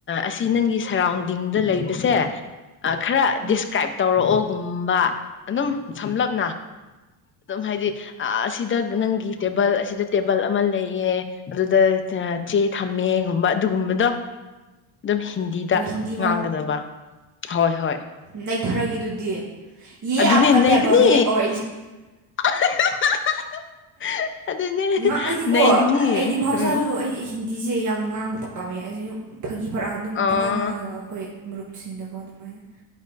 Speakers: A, on the left; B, on the right.
A: ꯑꯁꯤ ꯅꯪꯒꯤ ꯁꯔꯥꯎꯟꯗꯤꯡꯗ ꯂꯩꯕꯁꯦ ꯈꯔ
B: ꯎꯝ
A: ꯗꯤꯁꯀ꯭ꯔꯥꯏꯞ ꯇꯧꯔꯛꯑꯣꯒꯨꯝꯕ ꯑꯗꯨꯝ ꯁꯝꯂꯞꯅ ꯑꯗꯨꯝ ꯍꯥꯏꯗꯤ ꯑꯁꯤꯗ ꯅꯪꯒꯤ ꯇꯦꯕꯜ ꯑꯁꯤꯗ ꯇꯦꯕꯜ ꯑꯃ ꯂꯩꯌꯦ ꯑꯗꯨꯗ ꯆꯦ ꯊꯝꯃꯦꯒꯨꯝꯕ ꯑꯗꯨꯒꯨꯝꯕꯗꯣ ꯑꯗꯨꯝ ꯍꯤꯟꯗꯤꯗ
B: ꯑꯣ ꯍꯤꯟꯗꯤ
A: ꯉꯥꯡꯒꯗꯕ ꯍꯣꯏ ꯍꯣꯏ
B: ꯅꯩꯊꯥꯔꯒꯦ ꯑꯗꯨꯗꯤ ꯌꯦ
A: ꯑꯗꯨꯅꯦ
B: ꯑꯥꯞꯀꯥ
A: ꯅꯩꯒꯅꯤ
B: ꯇꯦꯕꯜ ꯍꯦ ꯑꯣ
A: <unintelligible> ꯑꯗꯨꯅꯦ
B: ꯉꯥꯛꯏ ꯑꯩꯗꯤꯀꫭ
A: ꯅꯩꯒꯅꯤ
B: ꯑꯩꯗꯤ ꯃꯍꯧꯁꯥꯁꯨ
A: ꯎꯝ
B: ꯑꯩꯗꯤ ꯍꯤꯟ ꯍꯤꯟꯇꯤꯁꯦ ꯌꯥꯝ ꯉꯥꯡꯕ ꯄꯥꯝꯃꯦ ꯑꯁꯤꯁꯨ ꯐꯥꯒꯤ ꯐꯔꯥꯡ ꯑꯗꯨꯝ
A: ꯑꯥ
B: ꯄꯪꯉꯥꯡ ꯉꯥꯡꯉꯦꯕ ꯑꯩꯈꯣꯏ ꯃꯔꯨꯞꯁꯤꯡꯗꯀꯣ ꯑꯗꯨꯃꯥꯏꯅ